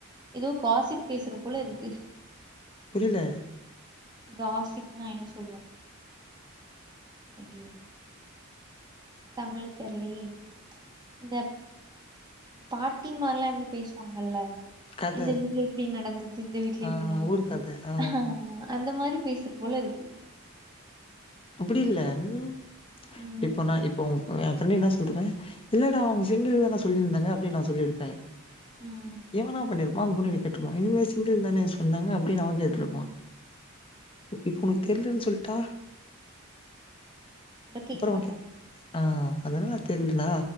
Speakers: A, on the right (about 20°); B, on the left (about 25°).
A: ஏதோ காசிப் பேசுற போல இருக்கு
B: புரில
A: காசிப்னா என்ன சொல்லுவோ ஐய்யோ தமிழ்ல தெர்லயே இந்த பாட்டிமார்ல்லா இருந்து பேசுவாங்கல்ல
B: கத
A: இந்த வீட்ல இப்டி நடந்தது இந்த வீட்ல
B: ஆ
A: இப்டி நடந்தது
B: ஊரு கத ஆ
A: ஆமா அந்த மாரி பேசற போல இருக்கு
B: அப்டி இல்ல ம்
A: ம்
B: இப்போ நா இப்போ ஏ ஃப்ரெண்டு என்ன சொல்லிட்டு இருப்பே இல்லடா அவங்க சிங்கிள் தான சொல்லியிருந்தாங்க அப்டின்னு நா சொல்லி இருப்பே
A: ம்
B: இவ என்னா பண்ணிருப்பா அந்த பொண்ணு கிட்ட கேட்டுருப்பா இல்லயே சிங்கிள் தானே என்னங்க அப்டினு அவ கேட்டிருப்பா
A: ம்
B: இப்ப உனக்கு தெரிலன்னு சொல்ட் டா
A: கேக்க
B: அப்றோ
A: மாட்டாங்க
B: ஓகே ஆ அது என்ன தெர்லடா